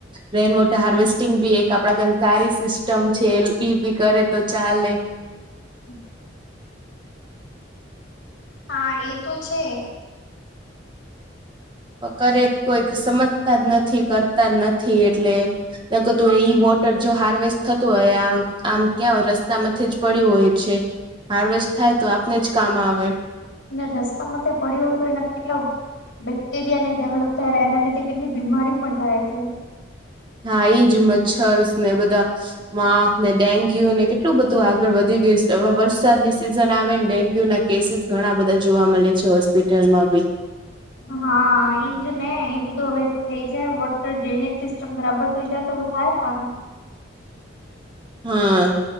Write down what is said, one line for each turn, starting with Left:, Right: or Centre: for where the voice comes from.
Right: રેઇન વોટર હાર્વેસ્ટિંગ બી એક આપડા કરતા હારી સિસ્ટમ છે એલ પી પી કરે તો ચાલે.
Left: હમ. હા એ તો છે.
Right: કરે કોઈક સમજતા જ નથી કરતા જ નથી એટલે. ન કતું ઈ વોટર જો હાર્વેસ્ટ થતું હોય આમ આમ ક્યાં હોય રસ્તામાંથી જ પડ્યું હોય છે. હાર્વેસ્ટ થાય તો આપને જ કામ આવે.
Left: રસ્તા માંથી પડ્યું હતું એના કેટલા બેક્ટેરિયા ન ડેવલપ થાય એના લીધે. કેટલી બીમારી પણ થાય છે.
Right: હા એ જ મચ્છર ને બધા. માખ ને ડેન્ગ્યુ ને કેટલું બધું આગળ વધી ગયું છે હવે વરસાદ ની સિઝન આવે ને ડેન્ગ્યુ ના. કેસીસ ઘણા બધા જોવા મળે છે હોસ્પિટલમાં બી.
Left: હા એઈ જ ને એઈ બધું હવે થઈ જાય વોટર ડ્રેનેજ સિસ્ટમ બરાબર. એયા તોમે ક થાય પા.
Right: હા.